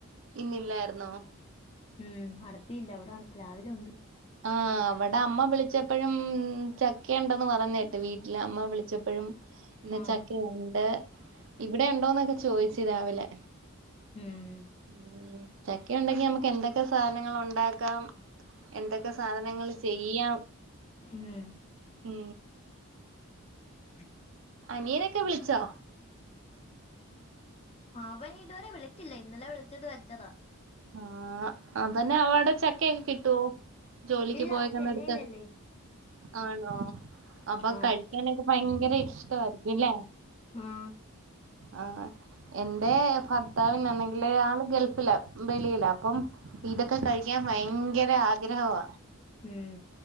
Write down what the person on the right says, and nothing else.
ഇന്നില്ലായിരുന്നോ
ആഹ് അവിടെ അമ്മ വിളിച്ചപ്പോഴും ചക്ക ഉണ്ടന്ന് പറഞ്ഞേ കേട്ട് വീട്ടില് അമ്മ വിളിച്ചപ്പോഴും ഇന്ന്
ചക്കെ ഉണ്ട് ഇവിടെ ഉണ്ടോന്നൊക്കെ ചോയിച്ചു രാവിലെ
ഉ ചക്ക ഉണ്ടെങ്കി നമുക്ക് എന്തൊക്കെ സാധനങ്ങൾ ഉണ്ടാക്കാം എന്തൊക്കെ സാധനങ്ങൾ ചെയ്യാം
ഉ
അനിയനൊക്കെ വിളിച്ചോ
ആഹ് അവന് അവടെ ചക്കയൊക്കെ കിട്ടുവോ ജോലിക്ക്
പോയേക്കന്നടുത്ത്
ആണോ അപ്പൊ
കഴിക്കാനൊക്കെ ഭയങ്കര ഇഷ്ടമായിരിക്കുംല്ലേ
ആഹ് എന്റെ ഭർത്താവന്നാണെങ്കില് ആള് ഗൾഫില ബളിയില്ല അപ്പം ഇതൊക്കെ കഴിക്കാൻ ഭയങ്കര ആഗ്രഹമാണ്